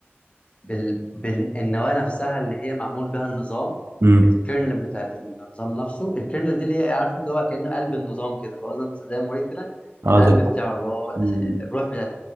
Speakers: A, on the left (about 30°); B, on the right (about 70°).
A: بال... بالنواه نفسها اللي هي معمول بها النظام
B: امم
A: الكيرنل بتاعت النظام نفسه الكيرنل دي اللي هي إيه، عارف انت هو كأنه قلب النظام كده اللي هو زي زي المريض كده
B: اه
A: القلب
B: زي الكو-
A: بتاعه اللي هو
B: مم.
A: الأس- الروح بتاعت